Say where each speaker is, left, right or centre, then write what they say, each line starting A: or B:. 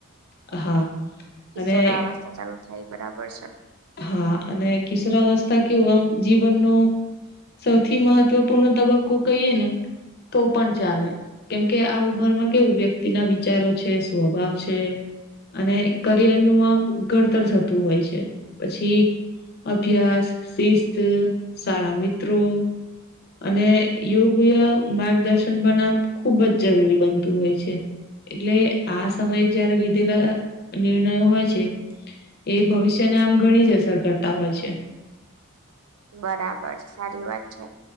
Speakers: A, on the left; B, on the right.
A: હા.
B: કિશોર
A: અને
B: અવાસ્થા ચાલુ થાય બરાબર છે.
A: હા અને કિશોર અવસ્થા કેવું આમ જીવન નો સૌથી મહત્વપૂર્ણ તબક્કો કહીએ ને તો પણ ચાલે કેમકે આ ઉંમરમાં કેવું વ્યક્તિના વિચારો છે સ્વભાવ છે. અને કરિયર નું આમ ઘડતર થતું હોય છે. પછી અભ્યાસ શિસ્ત સારા મિત્રો અને યોગ્ય માર્ગદર્શન બનાવ ખુબ જ જરૂરી બનતું હોય છે. એટલે આ સમયે જયારે લીધેલા નિર્ણયો હોય છે. એ ભવિષ્યને આમ ઘણી જ અસર કરતા હોય છે.
B: બરાબર સારી વાત છે